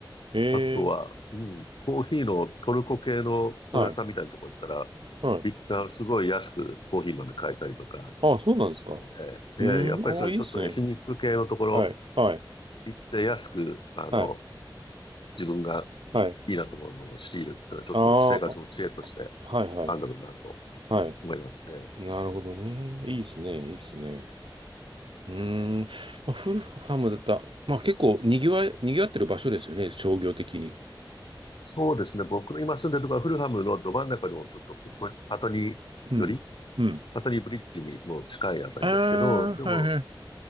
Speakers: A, on the right; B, on the left.
A: え
B: あとは、
A: え。
B: うん、コーヒーのトルコ系の本屋さんみたいなところ行ったら、
A: はい。はい。
B: ビッすごい安くコーヒー豆買えたりとか
A: ああ、そうなんですか。
B: するので、
A: うーん。
B: ええ、やっぱりそういうちょっとエスニック系のところ
A: ああ、いいっすね。はい。はい。
B: 行って安く、あの、
A: はい。
B: 自分が
A: はい。
B: いいなと思うものを仕入れるってのは、ちょっと生活の知恵として
A: ああ、はいはい。
B: あるんだろうなと
A: はい。
B: 思いますね。
A: なるほどね。いいっすね。いいっすね。うーん。まあ、フルハムだった。まあ結構賑わい、賑わってる場所ですよね。商業的に。
B: そうですね。僕の今住んでるところはフルハムのど真ん中のちょっとプットパトニーより、
A: うん。うん。
B: パトニーブリッジにもう近いあたりですけど、
A: ああ、
B: でも
A: はいはい。